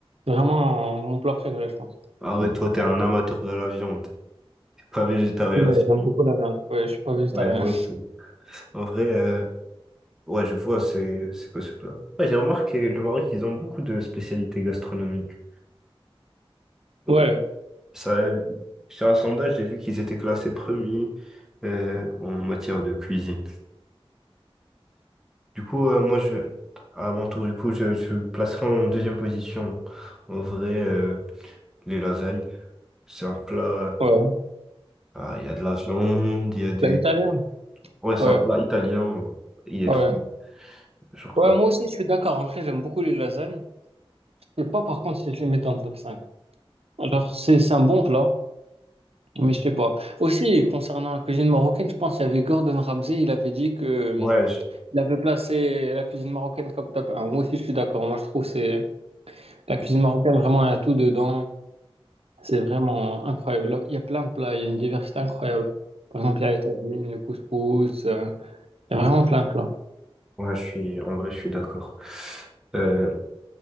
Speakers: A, on the right; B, in the centre.
A: C'est Vraiment euh, mon plat préféré, je pense.
B: Ah ouais, toi, t'es un amateur de la viande. T'es pas végétarien,
A: Ouais,
B: sûrement.
A: j'aime beaucoup la viande. Ouais, je suis pas végétarien.
B: Ouais, nous aussi. En vrai, euh, ouais, je vois, c'est c'est quoi ce plat? Ouais, j'ai remarqué, le Maroc, ils ont beaucoup de spécialités gastronomiques. Euh,
A: Ouais,
B: Ça, sur un sondage, j'ai vu qu'ils étaient classés premiers euh, en matière de cuisine. Du coup, euh, moi, je, à mon tour, du coup, je, je placerai en deuxième position, en vrai, euh, les lasagnes. C'est un plat,
A: ouais.
B: ah, il y a de la viande, il y a des,
A: La italienne?
B: Ouais, c'est
A: Ouais,
B: un plat italien. Il est
A: ouais.
B: trop bon. Genre,
A: Ouais,
B: euh,
A: moi aussi, je suis d'accord. En vrai, j'aime beaucoup les lasagnes. Je sais pas, par contre, si je les mets dans le top 5. Alors, c'est c'est un bon plat, mais je sais pas. Aussi, concernant la cuisine marocaine, je pense qu'il y avait Gordon Ramsay, il avait dit que euh,
B: ouais, je,
A: il avait placé la cuisine marocaine comme top 1. Moi aussi, je suis d'accord. Moi, je trouve que c'est la cuisine marocaine, vraiment, il y a tout dedans. C'est vraiment incroyable. Il y a plein de plats, il y a une diversité incroyable. Par exemple, il y a les tagines, le couscous. euh, Il y a vraiment plein de plats.
B: ouais, je suis, en vrai, je suis d'accord. Euh,